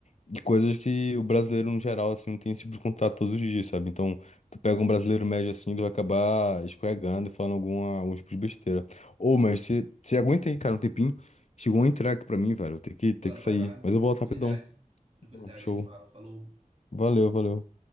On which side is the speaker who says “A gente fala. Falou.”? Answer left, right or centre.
Right